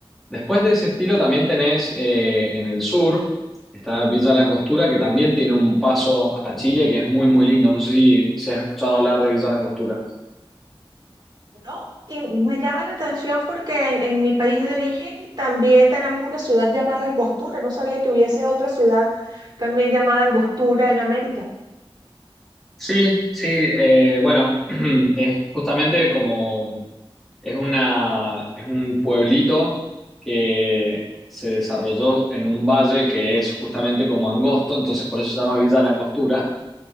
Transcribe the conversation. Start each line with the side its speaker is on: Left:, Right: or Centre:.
Centre: Después de ese estilo también tenés eh, en el sur, está Villa La Angostura, que también tiene un paso a Chile que es muy, muy lindo. No sé si, si has escuchado hablar de Villa La Angostura.
Right: No, y me llama la atención porque en, en mi país de origen también tenemos una ciudad llamada Angostura. No sabía que hubiese otra ciudad también llamada Angostura en América.
Centre: Sí, sí, eh, bueno, <clears throat> es justamente como es una, es un pueblito que se desarrolló en un valle que es justamente como angosto, entonces por eso se llama Villa La Angostura.